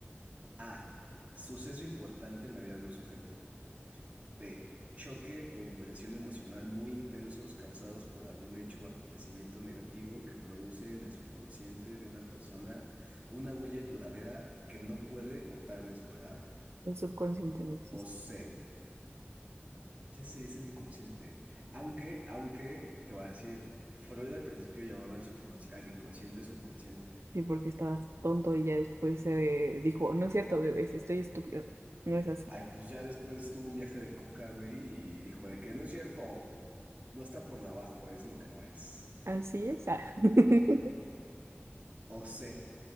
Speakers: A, on the right; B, on the right.
A: A. Suceso importante en la vida de un sujeto. B. Choque o impresión emocional muy intensos causados por algún hecho o acontecimiento negativo que produce en el subconsciente de una persona una huella duradera que no puede o tarda en superar.
B: <laughs> subconsciente no existe.
A: O C. Ya sé, es el inconsciente. Aunque, aunque, te voy a decir, Freud al principio llamaba al subconsci- al inconsciente subconsciente.
B: Sí, porque estabas tonto y ya después se dijo, no es cierto, bebés, estoy estúpido. No es así.
A: Ay, pues ya después tuvo un viaje de coca, güey, y dijo de que no es cierto, no está por debajo, es lo que no es.
B: Así es. ah. <laughs>
A: O C,